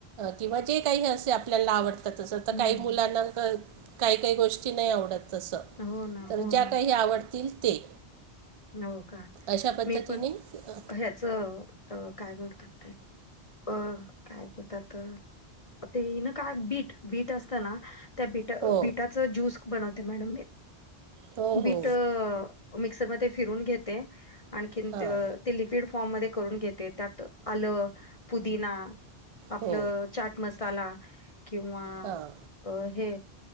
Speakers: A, on the right (about 55°); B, on the left (about 35°).
A: किंवा जे काही असे आपल्याला आवडत. आता तसं तर
B: हम्म
A: काही मुलांना काही, काही गोष्टी नाही आवडत. तस
B: हम्म हो ना
A: तर
B: हो
A: ज्या
B: ना
A: काही आवडतील ते
B: हो का
A: अशा पद्धतीने
B: मी पण
A: अ,
B: ह्याचं काय बोलतात ते अ काय होतात. ते ना काय बीट, बीट असतं ना त्या बीट
A: हो
B: बिटाच जुस बणवते मॅडम मी
A: हो
B: बिट
A: हो
B: असं मिक्सर मध्ये फिरून घेते आणखीन
A: हां
B: ते लिक्विड फॉर्म मध्ये करून घेते त्यात आल, पुदिना आपलं
A: हो
B: चाट मसाला किंवा
A: हां
B: अ हे